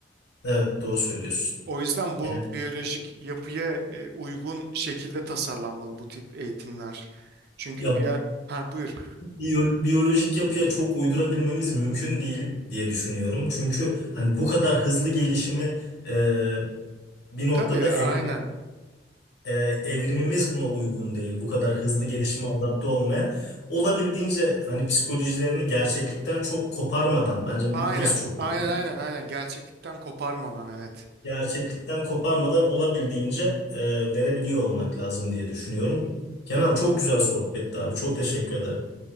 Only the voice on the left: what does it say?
evet doğru söylüyorsun.
Yani
ya
biyo- biyolojik yapıya çok uydurabilmemiz mümkün değil diye düşünüyorum. Çünkü hani bu kadar hızlı gelişimi e, bir noktada
evrim e, evrimimiz buna uygun değil. Bu kadar hızlı gelişime adapte olmaya. Olabildiğince hani psikolojilerini gerçeklikten çok koparmadan bence
bu burası çok önemli.
Gerçeklikten koparmadan olabildiğince e, verebiliyor olmak lazım diye düşünüyorum. Kenan çok güzel sohbetti abi. Çok teşekkür ederim.